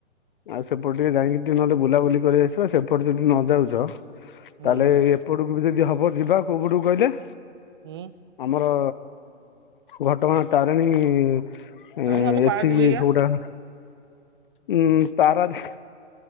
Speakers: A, on the left; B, on the right.
A: ଆଉ ସେପଟେ ଯାଇକି ଟିକେ ନହେଲେ ବୁଲାବୁଲି କରି ଆସିବ। ସେପଟେ ଯଦି ନ ଯାଉଚ ତାହେଲେ
B: ହୁଁ
A: ଏପଟକୁ ବି ଯଦି ହବ ଯିବା କୋଉପଟକୁ କହିଲେ
B: ହୁଁ।
A: ଆମର ଘଟଗାଁ ତାରିଣୀ ଉଁ
B: ଏ ନହେଲେ ପାରାଦ୍ୱୀପ
A: ଏଠିକି
B: ହେରିକା
A: କୋଉଟା? ଉଁ ପାରାଦୀପ।